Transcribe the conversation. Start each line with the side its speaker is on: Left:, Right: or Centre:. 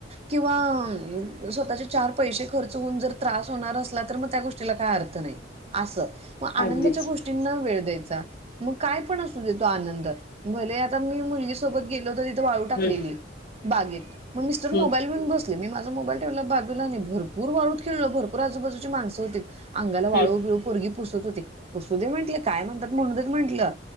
Right: किंवा स्वतःचे चार पैसे खर्च होऊन जर त्रास होणार असला तर मग त्या गोष्टीला काय अर्थ नाही. असस. मग आनंदाच्या
Left: अगदीच
Right: गोष्टींना वेळ द्यायचा मग काय पण असू देतो आनंद भले. मुलगी सोबत गेलो तर तिथे वाळू टाकलेली
Left: हम्म
Right: बागेत मग मिस्टर मोबाईल
Left: हम्म
Right: घेऊन. मी माझ मोबाईल ठेव बाजूला नाही भरपूर वाढू खेळलं भरपूर आजूबाजूची माणसं हो. अंगाला वाळू
Left: हम्म
Right: बिळू पोरगी पुसत होती पुसू दे म्हटलं काय म्हणतात म्हणू देत म्हंटलं.